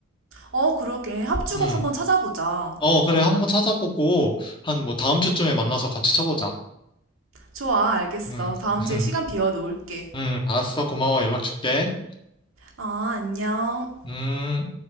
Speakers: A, on the right; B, on the left.
A: 어, 그러게. 합주곡
B: 음.
A: 한번 찾아보자.
B: 어, 그래. 한번 찾아보고, 한 뭐 다음 주쯤에 만나서 같이 쳐보자.
A: 좋아, 알겠어.
B: 음,
A: 다음
B: <laughs>
A: 주에 시간 비워 놓을게.
B: 음, 알았어. 고마워. 연락 줄게.
A: 아, 안녕.
B: 음.